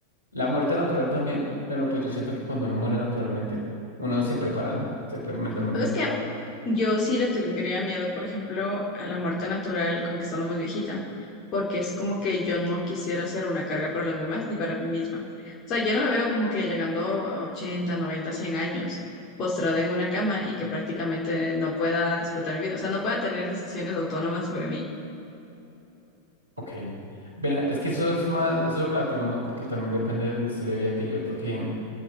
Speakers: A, on the right; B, on the left.
A: La muerte natural también, pero pues yo siento que cuando uno muere naturalmente, uno se prepara, ¿no? Se pre- mentalmente
B: ¿Sabes
A: se prepara.
B: qué? Yo sí le tendría miedo, por ejemplo, a la muerte natural, como que estando más viejita, porque es como que yo no quisiera ser una carga para los demás ni para mí misma. O sea, yo no me veo como que llegando a 80, 90, 100 años, postrada en una cama y que prácticamente no pueda disfrutar mi vida. O sea, no pueda tener decisiones autónomas sobre mí.
A: Ok. Mira, es que eso es más, eso es relativo, ¿no? Porque también depende del estilo de vida que lleve, porque